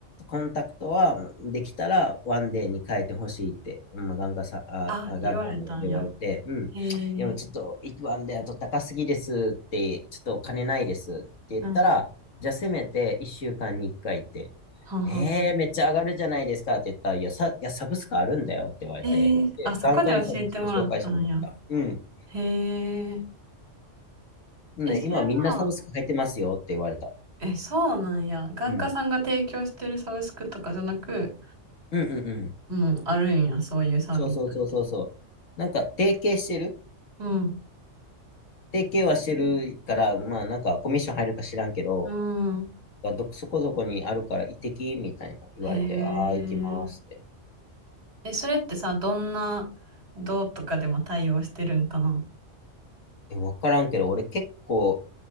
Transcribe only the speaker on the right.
あ、
言われたんや。
へ
え、
うん。
はんはんはん。
ええあ、
そこで教えてもらったんや。
へえ。
え、それは、
え、そうなんや。眼科さんが提供してるサブスクとかじゃなく、
もうあるんや、そういうサービスって。
うん。
うん。
へえ。
え、それってさ、どんな、どうとかでも対応してるんかな